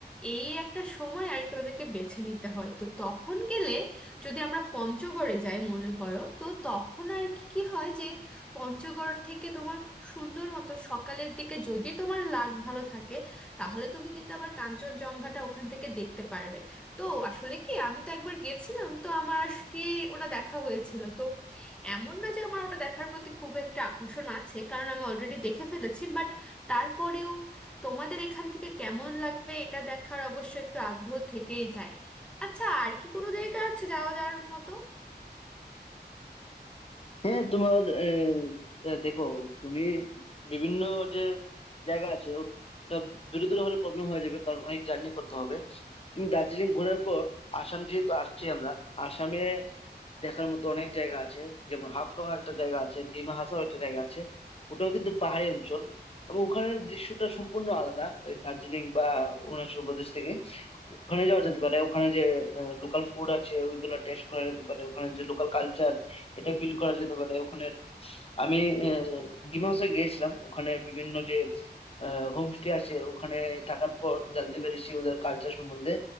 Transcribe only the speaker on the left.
হ্যাঁ তোমার আহ, আহ, দেখো তুমি বিভিন্ন যে জায়গা আছে ওটা দূরে দূরে হলে প্রবলেম হয়ে যাবে কারণ অনেক জার্নি করতে হবে তুমি দার্জিলিং ঘোরার পর আসাম যেহেতু আসছি আমরা আসামে দেখার মতো অনেক জায়গা আছে যেমন হাফলং একটা জায়গা আছে ডিমা হাসাও একটা জায়গা আছে ওটাও কিন্তু পাহাড়ি অঞ্চল এবং ওখানের দৃশ্যটা সম্পূর্ণ আলাদা এই দার্জিলিং বা অরুণাচল প্রদেশ থেকে ওখানে যাওয়া যেতে পারে ওখানে যে লোকাল ফুড আছে ওইগুলো টেস্ট করা যেতে পারে ওখানে যে লোকাল কালচার এটা ফিল করা যেতে পারে ওখানে আমি আহ, ডিমা হাসাও গিয়েছিলাম ওখানে বিভিন্ন যে হোমস্টে আছে ওখানে থাকার পর জানতে পেরেছি ওদের কালচার সম্বন্ধে